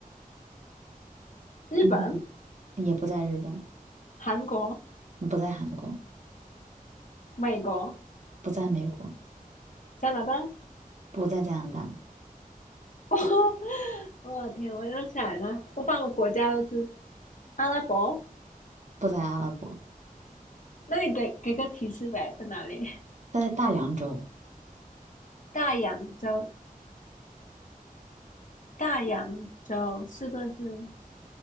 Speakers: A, on the left; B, on the right.
A: 日本、
B: 嗯，也不在日本，
A: 韩国、
B: 不在韩国，
A: 美国、
B: 不在美国，
A: 加拿大。
B: 不在加拿大，
A: <laughs> 我的天！我就想一下，我把个国家都知阿拉伯，
B: 不在阿拉伯。
A: 那你给给个提示呗，在哪里？
B: 它在大洋洲，
A: 大洋洲，大洋洲四个字，